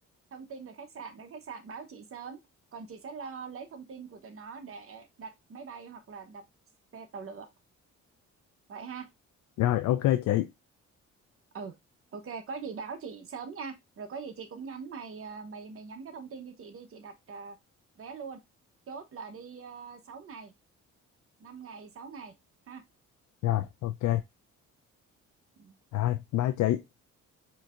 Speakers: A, on the right; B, on the left.
A: thông tin về khách sạn để khách sạn báo chị sớm còn chị sẽ lo lấy thông tin của tụi nó để đặt máy bay hoặc là đặt xe tàu lửa vậy ha
B: rồi ok chị
A: ừ ok có gì báo chị sớm nha rồi có gì chị cũng nhắn mày à, mày mày nhắn cái thông tin cho chị đi chị đặt à, vé luôn chốt là đi uh, 6 ngày 5 ngày 6 ngày ha
B: rồi ok
A: Ừ.
B: rồi bye chị